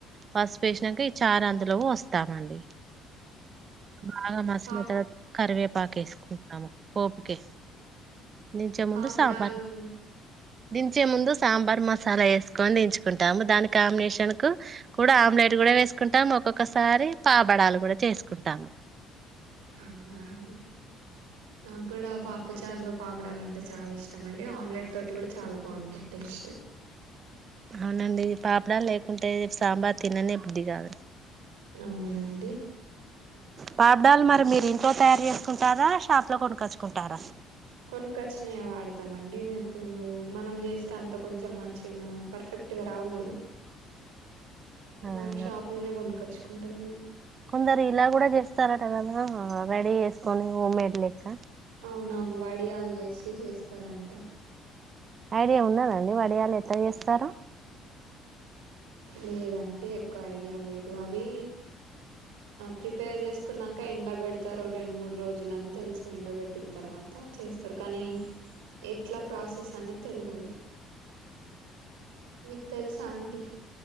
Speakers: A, on the right (about 45°); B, on the right (about 85°).
A: పసుపు వేసినాక ఈ చారు అందులో పొస్తామండి. బాగా మసాల
B: పా
A: తర్వాత కరివేపాక వేసుకుంటాము పోపుకే దించే
B: పాపడాలు
A: ముందు సాంబార్ దించే ముందు సాంబార్ మసాలా వేసుకొని దించుకుంటాము, దాని కాంబినేషన్ కు కూడా ఆమ్లెట్ కూడా వేసుకుంటాము, ఒక్కొక్కసారి పాబడాలు కూడా చేసు కుంటాము
B: అవునా అండి నాకు కూడా పాప్పు చారులో పాపడాలంటే చాలా ఇష్టం అండి, ఆమ్లెట్ తోటి కూడా చాలా బాగుంటుంది టేస్ట్
A: అవునండి పాపడా లేకుంటే సాంబార్ తినని ఇప్పుడు దిగాదు
B: అవునండి
A: పాపడాలు మరి మీరు ఇంట్లో తయారు చేసుకుంటారా, షాప్ లో కొనుక్కొచ్చుకుంటారా
B: కొనుకచ్చినయ వాడతామండి, ఇప్పుడు మనం చేస్తే అంత కొంచెం మంచిగా పర్ఫెక్ట్గా రావు కదా
A: అలానా
B: ఇగా షాప్లోనే కొనుకొచ్ కుంటాము
A: కొందరు ఇలా కూడా చేస్తారట కదా రెడీ చేసుకొని హోమ్మేడ్ లెక్క
B: అవునవును వడియాలు చేసి చేస్తారంట
A: ఐడియా ఉన్నదా అన్ని వడయాలు ఎట్లా చేస్తారు
B: లేదండి ఎక్కువ ఐడియా లేదు, అవి ప్రిపేర్ చేసుకున్నాక ఎండపెడతారు రెండు మూడు రోజులుని తెలుసు, ఎండబెట్టిన తర్వాత చేస్తారు కానీ ఎట్లా ప్రాసెస్ అనేది తెల్వది, మీకు తెలుసా అండి